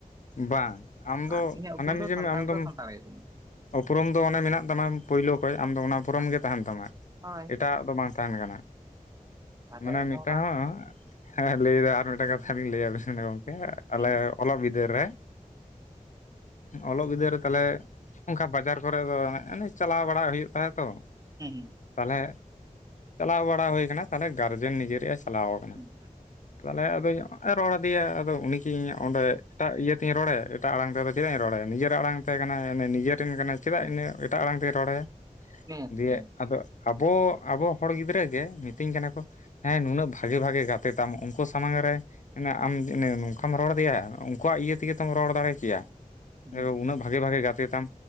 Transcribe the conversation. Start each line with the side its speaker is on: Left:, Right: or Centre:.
Left: ᱵᱟᱝ ᱟᱢ
Right: ᱵᱟᱝ,
Left: ᱫᱚ
Right: ᱤᱧᱟᱹᱜ
Left: ᱦᱟᱱᱟ
Right: ᱩᱯᱨᱩᱢ ᱫᱚ
Left: ᱢᱤᱡᱟᱹ
Right: ᱥᱟᱱᱛᱟᱲ
Left: ᱟᱢᱫᱚᱢ
Right: ᱫᱚ ᱥᱟᱱᱛᱟᱲ ᱜᱮ ᱠᱟᱹᱱᱟᱹᱧ
Left: ᱩᱯᱨᱩᱢ ᱫᱚ ᱚᱱᱮ ᱢᱮᱱᱟᱜ ᱛᱟᱢᱟ ᱯᱳᱭᱞᱳ ᱠᱷᱚᱡ ᱟᱢ ᱫᱚ ᱚᱱᱟ ᱩᱯᱨᱚᱢ
Right: ᱦᱮᱸ
Left: ᱜᱮ ᱛᱟᱦᱮᱱ ᱛᱟᱢᱟ,
Right: ᱦᱳᱭ
Left: ᱮᱴᱟᱜ ᱟᱜ ᱫᱚ ᱵᱟᱝ ᱛᱟᱦᱮᱱ ᱠᱟᱱᱟ᱾
Right: ᱛᱟᱦᱚᱞᱮ
Left: ᱢᱟᱱᱮ
Right: ᱚᱱᱟ
Left: ᱢᱤᱫᱴᱟᱝ
Right: ᱨᱮᱱᱟᱜ
Left: ᱦᱚᱲ ᱦᱮᱸ ᱞᱟᱹᱭᱫᱟ ᱟᱨ ᱢᱤᱫᱴᱟᱝ ᱠᱟᱛᱷᱟ ᱞᱤᱧ ᱞᱟᱹᱭᱟᱵᱤᱱ ᱜᱚᱝᱠᱮ᱾ ᱟᱞᱮ
Right: ᱦᱩᱸ
Left: ᱚᱞᱚᱜ ᱵᱤᱫᱟᱹᱞ ᱨᱮ, ᱚᱞᱚᱜ ᱵᱤᱫᱟᱹᱞ ᱨᱮ ᱛᱟᱞᱮ ᱚᱱᱠᱟ ᱵᱟᱡᱟᱨ ᱠᱚᱨᱮ ᱫᱚ ᱚᱱᱮ ᱪᱟᱞᱟᱣ ᱵᱟᱲ ᱦᱩᱭᱩᱜ ᱛᱟᱦᱮᱸ ᱛᱚ
Right: ᱦᱩᱸ ᱦᱩᱸ᱾
Left: ᱛᱟᱦᱚᱞᱮ ᱪᱟᱞᱟᱣ ᱵᱟᱲᱟ ᱦᱩᱭ ᱠᱟᱱᱟ, ᱛᱟᱦᱚᱞᱮ ᱜᱟᱨᱡᱮᱱ ᱱᱤᱡᱟᱹᱨᱤ ᱮ ᱪᱟᱞᱟᱣ ᱠᱟᱱᱟ᱾
Right: ᱦᱩᱸ
Left: ᱛᱟᱦᱞᱮ ᱟᱫᱚᱧ ᱨᱚᱲᱟᱫᱮᱭ ᱩᱱᱤ ᱠᱤ ᱤᱧ ᱚᱸᱰᱮ ᱮᱴᱟᱜ ᱤᱭᱟᱹ ᱛᱤᱧ ᱨᱚᱲᱮᱟ, ᱮᱴᱟᱜ ᱟᱲᱟᱝ ᱛᱮᱫᱚ ᱪᱮᱫᱟᱜ ᱤᱧ ᱨᱚᱲᱮᱭᱟ, ᱱᱤᱡᱮᱨᱟᱜ ᱟᱲᱟᱝ ᱛᱮ ᱠᱟᱱᱟᱭ ᱱᱤᱡᱟᱹ ᱴᱷᱮᱱ ᱠᱟᱱᱟᱭ ᱪᱮᱫᱟᱜ ᱤᱱᱟᱹ ᱮᱴᱟᱜ ᱟᱲᱟᱝ ᱛᱮᱭ ᱨᱚᱲᱟᱭᱟ,
Right: ᱱᱤᱦᱟᱹᱛ
Left: ᱫᱤᱭᱮ
Right: ᱱᱤᱦᱟᱹᱛ
Left: ᱟᱫᱚ ᱟᱵᱚ ᱟᱵᱚ ᱦᱚᱲ ᱜᱤᱫᱽᱨᱟᱹ ᱜᱮ ᱢᱤᱛᱟᱹᱧ ᱠᱟᱱᱟ ᱠᱚ ᱦᱮᱸ ᱱᱩᱱᱟᱹᱜ ᱵᱷᱟᱜᱮ ᱵᱷᱟᱜᱮ ᱜᱟᱛᱮ ᱛᱟᱢ ᱩᱱᱠᱩ ᱥᱟᱢᱟᱝ ᱨᱮ ᱢᱟᱱᱮ ᱟᱢ ᱱᱚᱝᱠᱟᱢ ᱨᱚᱲ ᱟᱫᱮᱭᱟ, ᱩᱱᱠᱩᱣᱟᱜ ᱤᱭᱟᱹ ᱛᱮᱜᱮ ᱛᱚᱢ ᱨᱚᱲ ᱫᱟᱲᱮ ᱠᱮᱭᱟ᱾
Right: ᱦᱩᱸ
Left: ᱩᱱᱟᱹᱜ ᱵᱷᱟᱜᱮ, ᱵᱷᱟᱜᱮ ᱜᱟᱛᱮ ᱛᱟᱢ,